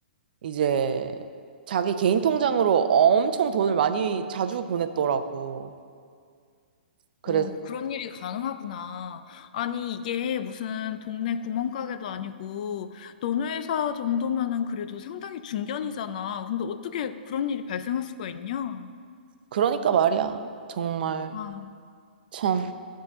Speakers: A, on the right; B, on the left.
A: 이제 자기 개인 통장으로 엄청 돈을 많이 자주 보냈더라고. 그래서
B: 오, 그런 일이 가능하구나. 아니, 이게 무슨 동네 구멍가게도 아니고, 너네 회사 정도면은 그래도 상당히 중견이잖아. 근데 어떻게 그런 일이 발생할 수가 있냐?
A: 그러니까 말이야. 정말
B: 아,
A: 참